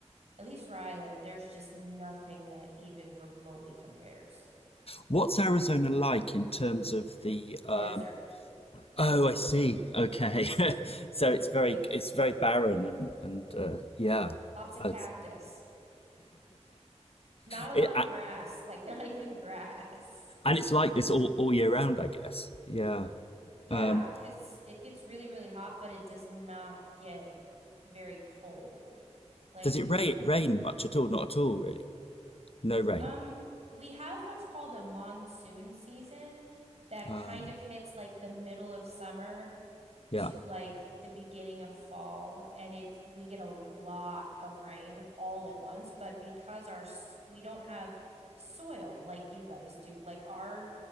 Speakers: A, on the right (about 65°); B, on the left (about 55°).
A: at least where I live, there's just nothing that even remotely compares.
B: what's Arizona like in terms of the? Um,
A: Desert.
B: oh, I see. Okay, <laughs> so it's very
A: Like
B: it's
A: yeah,
B: very barren and and uh, yeah.
A: lots of
B: I-
A: cactus. Not a
B: <laughs>
A: lot
B: It,
A: of grass, like <laughs> not even grass. <laughs>
B: and it's like this all, all year round, I guess. Yeah.
A: Yeah,
B: Um,
A: because it gets really, really hot, but it does not get very cold. Like,
B: does it rain,
A: Um,
B: rain much at all? Not at all, really. No rain.
A: um, we have what's called a monsoon season that
B: Um,
A: kind of hits like the middle of summer
B: yeah.
A: to like the beginning of fall, and it's we get a lot of rain all at once, but because our s- we don't have soil like you guys do, like our